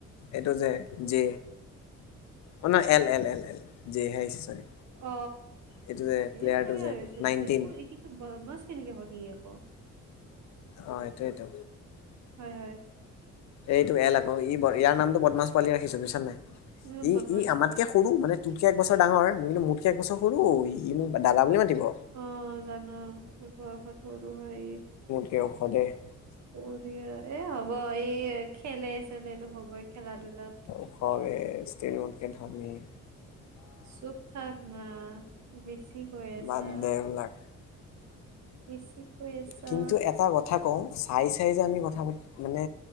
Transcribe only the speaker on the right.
অ,
জে
তাকে
ভাবিছো
জে আক এই ক্ষেত্ৰত বদমাছ কেনেকে হ'ল সি আক।
হয় হয়।
বহুত
বদমাছ
পোৱালি
অ জানো বয়সত সৰু হয় ই।
পৰিয়ে এ হ'ব এই খেলে চেলেটো হ'বই খেলা-ধূলাত।
চুপ থাক না বেছি কৈ আছা।
বেছি কৈ আছা।